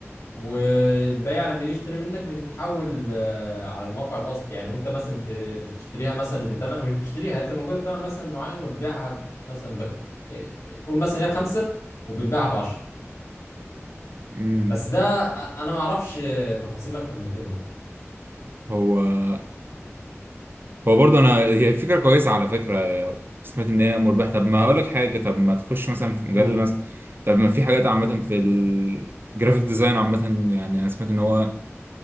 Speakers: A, on the left; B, on the right.
A: والبائع لما يجي يشتري منك بتتحول آه، على الموقع الاصلي يعني وانت مثلا ب- بتشتريها مثلا بتمن او مش بتشتريها هي بتبقى موجوده بتمن مثلا معين وتبيعها مثلا بخ... آه، قول مثلا هي بخمسه وبتباعها بعشرة
B: امم
A: بس ده أ- انا ما اعرفش آه، تفاصيل اكتر من كده
B: هو هو برضه انا هي فكره كويسه على فكره سمعت ان هي مربحه طب ما اقول لك حاجه طب ما تخش مثلا في مجال
A: يعني
B: مثلا طب ما في حاجات عامه في الجرافيك ديزاين عامه يعني انا سمعت ان هو